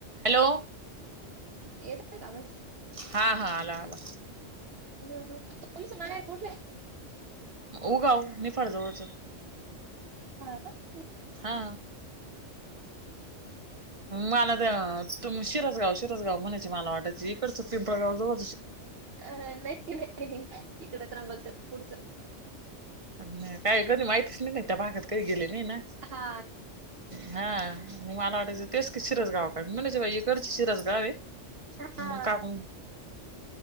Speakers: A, on the right (about 30°); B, on the right (about 55°).
A: Hello
B: येतोय का आवाज?
A: हा हा आला आला
B: हम् हम तुमचं म्हणार कुठे
A: उगाऊ मी फडजवळच
B: हा का
A: हा मला ते त शिरसगाव शिरसगाव म्हणायचे मला वाटायची इकडच पिंपळगाव जवळ
B: अ नाही नाही इकड त्रंबाकच्या पुढच
A: नाही काय कधी माहितच नाही नाही त्या भागात कध गेले नाही ना
B: हा
A: हा म मला वाटयचं तेच क शिरस गाव काढ म्हणायची बा इकडच शिरस गाव आहे
B: हा
A: मग काकू